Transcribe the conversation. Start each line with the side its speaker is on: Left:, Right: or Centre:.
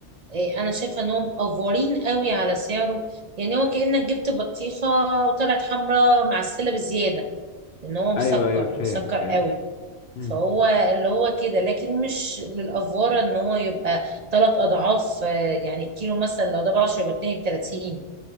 Right: إيه، انا شايفه انهم افورين قوي على سعره يعني هو كانك جبت بطيخه وطلعت حمراء معسله بزياده ان هو مسكر
Left: ايوه ايوه فاهم
Right: مسكر قوي
Left: فاهم مم.
Right: فهو اللي هو كده لكن مش للافوره ان هو يبقى ثلاث اضعاف آه، يعني الكيلو مثلا لو ده ب 10 يبقى اتنين ب 30